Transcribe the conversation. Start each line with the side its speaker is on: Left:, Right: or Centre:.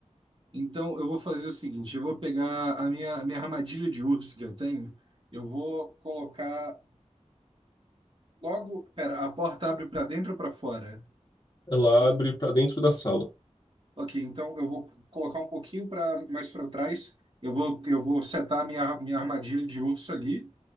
Right: Então, eu vou fazer o seguinte: eu vou pegar a minha, a minha armadilha de urso que eu tenho. Eu vou colocar Logo, pera, a porta abre para dentro ou para fora?
Left: Ela
Right: Eu-
Left: abre para dentro da sala,
Right: ok, então eu vou colocar um pouquinho para mais para trás. Eu vou eu vou setar a minha minha armadilha de urso ali